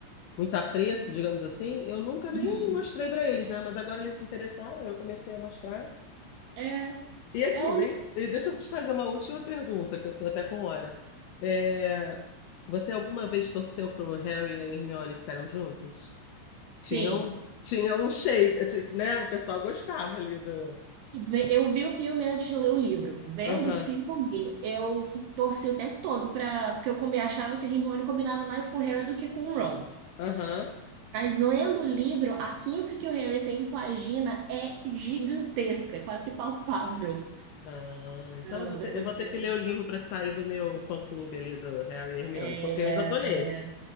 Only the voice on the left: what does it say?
muito apreço, digamos assim, eu nunca nem
mostrei para eles, né? Mas agora eles se interessaram, eu comecei a mostrar.
E aqui,
vem,
e deixa eu te fazer uma última pergunta, que eu tô até com hora. É, você alguma vez torceu pro Harry e a Hermione ficaram juntos?
Tinham, tinham um shape, t- né? O pessoal gostava ali do.
Aham,
aham.
Ah, então
eu vou ter,
eu vou ter
que ler o livro para sair do meu fã-clube ali do Harry e Hermione,
porque eu ainda tô nesse.